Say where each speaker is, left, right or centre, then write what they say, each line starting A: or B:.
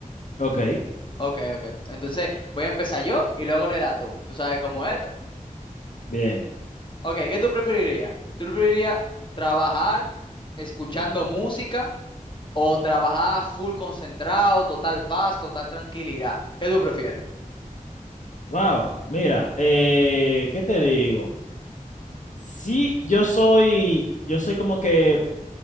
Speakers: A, on the left; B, on the left.
A: Ok,
B: Ok, ok. Entonces voy a empezar yo y luego le das tú. ¿Tú sabes cómo es esto?
A: bien.
B: Ok, ¿qué tú preferirías? ¿Tú preferirías trabajar escuchando música o trabajar full concentrado, total paz, total tranquilidad? ¿Qué tú prefieres?
A: Wow, mira, eh, ¿qué te digo? Sí, yo soy, yo soy como que